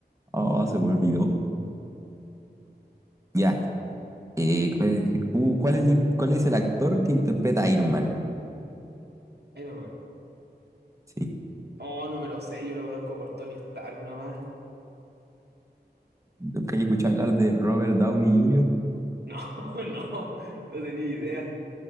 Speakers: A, on the right; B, on the right.
A: Oh, se me olvidó. Ya. Eh, ¿cuál, uh, ¿cuál es el, in- cuál es el actor que interpreta a Iron Man?
B: Iron Man.
A: Sí.
B: Oh, no me lo sé, yo lo conozco por Tony Stark nomás.
A: ¿Nunca he escuchado hablar de Robert Downey Jr.?
B: No, <laughs> no, no tenía idea.